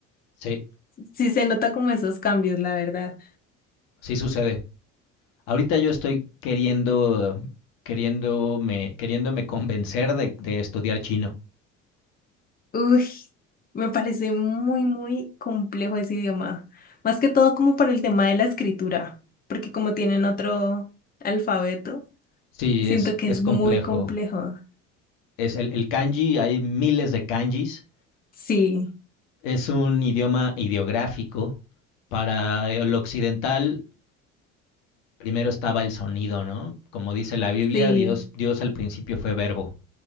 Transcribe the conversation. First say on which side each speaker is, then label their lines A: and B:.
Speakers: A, on the left (about 65°); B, on the left (about 20°).
A: Sí,
B: sí se nota como esos cambios, la verdad.
A: sí sucede. Ahorita yo estoy queriendo, queriéndome, queriéndome convencer de, de estudiar chino.
B: Uy, me parece muy, muy complejo ese idioma, más que todo como para el tema de la escritura, porque como tienen otro alfabeto,
A: Sí,
B: siento
A: es,
B: que
A: es
B: es muy
A: complejo.
B: complejo.
A: Es el, el kanji, hay miles de kanjis.
B: Sí,
A: Es un idioma ideográfico. Para el occidental primero estaba el sonido, ¿no? Como dice la Biblia,
B: sí,
A: Dios, Dios al principio fue verbo.